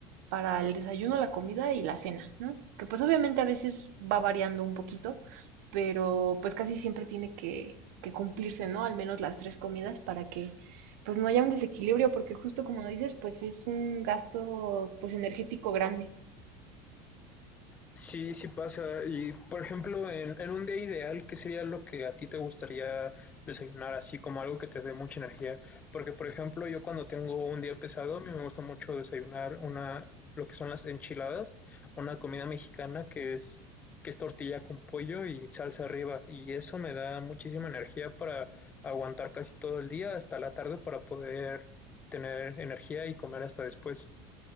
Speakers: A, on the right; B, on the left.
A: para el desayuno, la comida y la cena, ¿no? Que pues obviamente a veces va variando un poquito, pero pues casi siempre tiene que, que cumplirse, ¿no? Al menos las tres comidas para que pues no haya un desequilibrio, porque justo como dices, pues es un gasto pues energético grande.
B: Sí, sí pasa. Y por ejemplo, en, en un día ideal, ¿qué sería lo que a ti te gustaría desayunar? Así como algo que te dé mucha energía. Porque, por ejemplo, yo cuando tengo un día pesado, a mí me gusta mucho desayunar una, lo que son las enchiladas, una comida mexicana que es, que es tortilla con pollo y salsa arriba. Y eso me da muchísima energía para aguantar casi todo el día hasta la tarde para poder tener energía y comer hasta después.